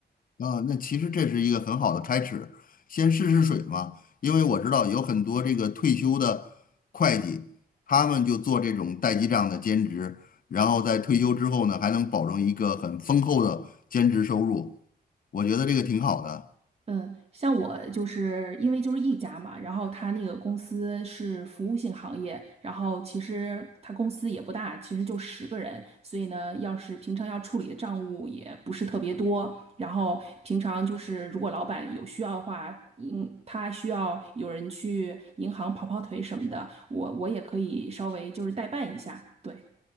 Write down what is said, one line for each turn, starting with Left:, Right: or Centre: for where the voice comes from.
Left: 啊，那其实这是一个很好的开始，先试试水嘛。因为我知道有很多这个退休的会计，他们就做这种代记账的兼职，然后在退休之后呢，还能保证一个很丰厚的兼职收入，我觉得这个挺好的。
Right: 嗯，像我就是因为就是一家嘛，然后他那个公司是服务性行业，然后其实他公司也不大，其实就十个人，所以呢，要是平常要处理的账务也不是特别多，然后平常就是如果老板有需要的话，嗯，他需要有人去银行跑跑腿什么的，我我也可以稍微就是代办一下，对。